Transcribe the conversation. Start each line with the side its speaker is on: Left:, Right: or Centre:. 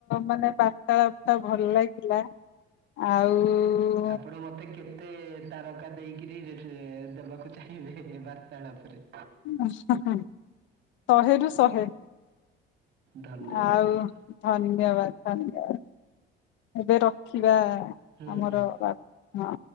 Left: ମାନେ ବାର୍ତାଳାପ ଟା ଭଲ ଲାଗିଲା। ଆଉ
Right: ଆପଣ ମୋତେ କେତେ ମତେ ତାରକା ଦେଇକିରି ଇ ଦେବାକୁ ଚାହିଁବେ ବାର୍ତାଳାପରେ।
Left: <unintelligible> ଶହେରୁୁ ଶହେ।
Right: ଧନ୍ୟବାଦ
Left: ଆଉ
Right: ଦିଦି
Left: ଧନ୍ୟବାଦ ଧନ୍ୟବାଦ ଏବେ ରଖିବା
Right: ହୁଁ
Left: ଆମର
Right: ହୁଁ
Left: ବା ହଁ।